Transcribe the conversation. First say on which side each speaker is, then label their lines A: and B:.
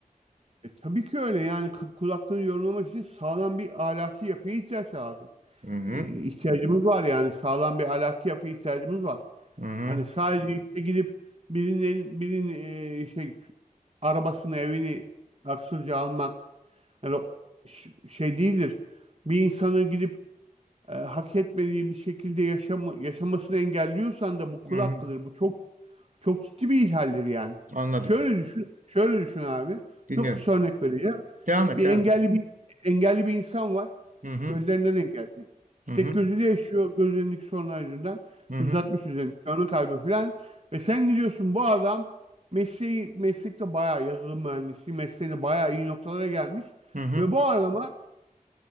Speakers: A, on the right; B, on the right.
A: E, tabii ki öyle yani k- kul hakkını yorumlamak için sağlam bir ahlaki yapıya ihtiyaç lazım.
B: Hı hı,
A: E, ihtiyacımız var yani sağlam bir ahlaki yapıya ihtiyacımız var.
B: hı hı,
A: Hani sadece işte gidip birinin birinin e, şey arabasını evini haksızca almak Yani o ş- şey değildir. Bir insanın gidip e, hak etmediği bir şekilde yaşamı, yaşamasını engelliyorsan da bu kul
B: hı hı.
A: hakkıdır. Bu çok çok ciddi bir ihlaldir yani.
B: Anladım.
A: Şöyle düşün, şöyle düşün abi.
B: Dinliyorum.
A: Çok kısa örnek vereceğim.
B: Devam et,
A: Bir
B: devam
A: engelli
B: et.
A: bir engelli bir insan var.
B: Hı hı,
A: Gözlerinden engelli.
B: hı hı,
A: Tek gözüyle yaşıyor gözlerindeki sorunlar yüzünden.
B: hı hı,
A: 160 üzerinde görme kaybı falan. Ve sen gidiyorsun bu adam mesleği meslekte bayağı yazılım mühendisi mesleğinde bayağı iyi noktalara gelmiş.
B: hı hı.
A: Ve bu adama